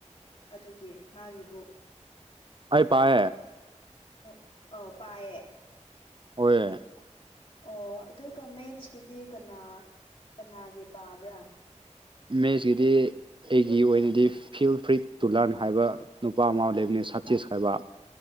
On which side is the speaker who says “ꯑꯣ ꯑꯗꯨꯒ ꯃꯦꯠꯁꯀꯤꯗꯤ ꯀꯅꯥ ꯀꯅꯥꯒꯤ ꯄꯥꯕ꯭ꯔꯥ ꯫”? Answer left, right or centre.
Left